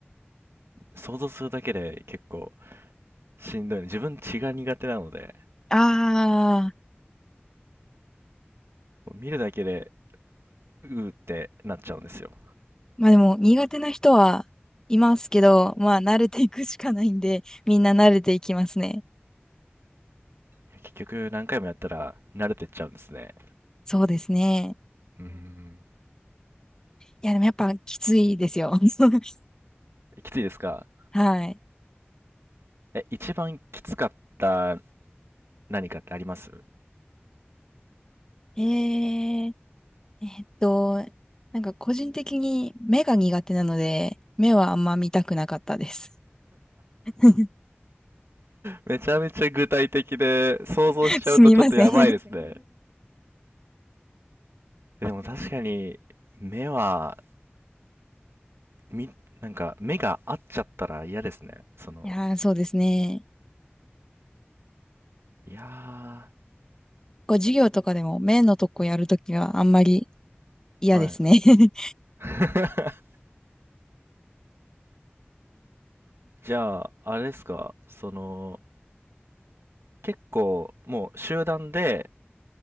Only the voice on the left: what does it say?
ああ、
まあでも苦手な人はいますけど、まあ慣れていくしかないんで、みんな慣れていきますね。
そうですね。
いやでもやっぱきついですよ。<laughs>
はい。
えー、えっと、なんか個人的に目が苦手なので、目はあんま見たくなかったです。<laughs>
すみません <laughs> い
やー、そうですね。
こう授業とかでも目のとこやるときはあんまり嫌ですね
<laughs>